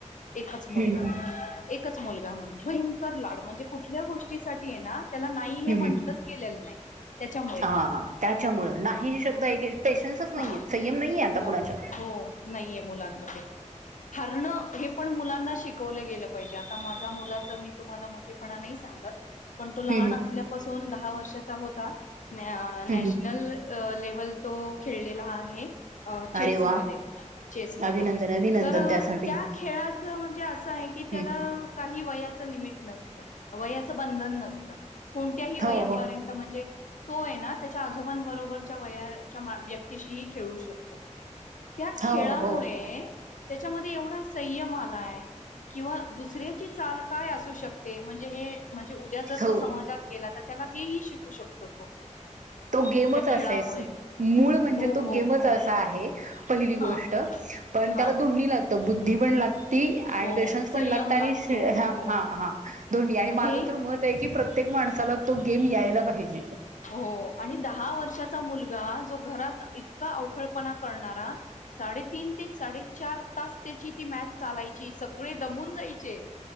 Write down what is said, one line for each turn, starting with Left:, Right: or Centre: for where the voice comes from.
Left: एकच मुलगा,
Right: हम्म
Left: एकच मुलगा म्हण भयंकर लाड म्हणजे कुठल्या गोष्टी त्याच्यासाठी ना त्याला नाही हे
Right: हम्म
Left: म्हटलंच गेलेलं नाही त्याच्यामुळे
Right: हा त्याच्यामुळे नाही हे शब्द पेशन्सच नाहीये.
Left: हा
Right: संयम नाहीये आता
Left: हो
Right: कोणाच्यात
Left: हो नाहीये मुलांमध्ये हारणं हे पण मुलांना शिकवलं गेलं पाहिजे. आता माझ्या मुलाच मी तुम्हाला मोठेपणा नाही सांगत, पण तो लहान
Right: हम्म
Left: असल्यापासून दहा वर्षाचा होता न
Right: हम्म
Left: नॅशनल
Right: हम्म
Left: लेवल तो खेळलेला आहे अ चेस
Right: अरे वा
Left: मध्ये चेस मध्ये.
Right: अभिनंदन अभिनंदन
Left: तर
Right: त्यासाठी
Left: त्या खेळाचं म्हणजे असं आहे की
Right: हं.
Left: त्याला काही वयाच लिमिट नसतं वयाचं बंधन नसतं कोणत्याही वयापर्यंत
Right: हो हो
Left: म्हणजे तो आहे ना त्याच्या आजोबांबरोबरच्या वयाच्या व्यक्तीशीही खेळू शकतो त्या
Right: हो
Left: खेळामुळे
Right: हो
Left: त्याच्यामध्ये एवढा संयम आलाय किंवा दुसऱ्याची चाल काय असू शकते म्हणजे हे म्हणजे उद्या जर
Right: हो
Left: तो समाजात गेला तर त्याला हेही शिकू शकतो तो
Right: तो गेमच
Left: त्या
Right: असेस
Left: खेळामुळे
Right: मूळ म्हणजे
Left: हो
Right: तो
Left: हो
Right: गेमच
Left: हो
Right: असा आहे पहिली गोष्ट
Left: हा
Right: पण
Left: हा
Right: त्याला ध्वनी लागते तर बुद्धी पण लागते ती आणि
Left: हो
Right: पेशन्स पण
Left: संयम
Right: लागतात आणि
Left: लागतो
Right: ह
Left: हो
Right: हा दोन्ही आणि
Left: म्हणजे
Right: माझं तर मत आहे की प्र प्रत्येक माणसाला तो गेम यायला पाहिजे
Left: हो आणि दहा वर्षाचा मुलगा जो घरात इतका अवखळपणा करणारा साडेतीन ते साडेचार तास त्याची ती मॅच चालायची सगळे दमून जायचे